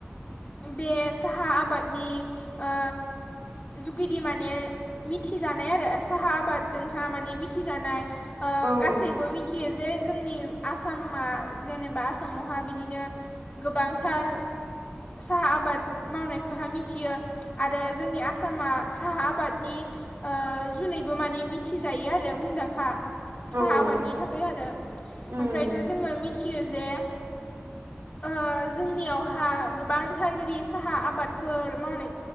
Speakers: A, on the left (about 35°); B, on the right (about 65°).
A: बे साहा आबाद नि ओ जुगिदि माने मिथिजानाय आरो। साहा आबादजोंहा माने थि जानाय ओ
B: औ
A: गासैबो मिथियो जे जोंनि आसामा जेनेबा आसामावहा बिदिनो गोबांथार साहा आबाद मावनायखौहा मिथियो आरो जोंनि आसामा साहा आबाद नि ओ जुनैबो माने मिथिजायो आरो मुंदांखा साहा
B: औ
A: आबादनि थाखाय आरो
B: उम
A: ओमफ्रायथ जोङो मिथियो जे ओ जोंनियावहा गोबांथार बिदि साहा आबादफोर मावनाय